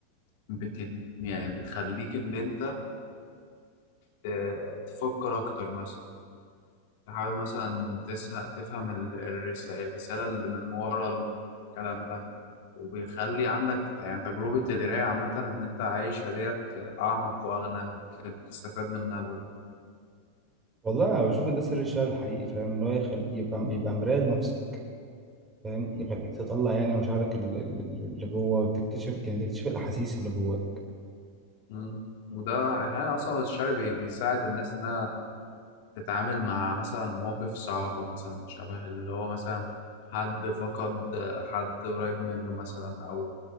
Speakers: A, on the left (about 50°); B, on the right (about 15°).
A: بت يعني بتخليك إن أنت ت- تفكر أكتر مثلا تحاول مثلا تسه- تفهم ال- الرس- الرسالة اللي من ورا الكلام ده وبيخلي عندك يعني تجربة القراية عامة اللي أنت عايشها ديت أعمق وأغنى بت- بتستفاد منها برضه
B: والله انا بشوف ان ده سر الشعر الحقيقي فاهم ان هو يخل... يبقى يبقى مرايه لنفسك فاهم
A: م-
B: يخليك تطلع يعني مشاعرك ال- ال- ال- اللي جوه وتكتشف يعني تكتشف الاحاسيس اللي جواك
A: م. وده أحيانا أصلا الشعر بي- بيساعد الناس إنها تتعامل مع مثلا مواقف صعبة مثلا شبه اللي هو مثلا حد فقد حد قريب منه مثلا أو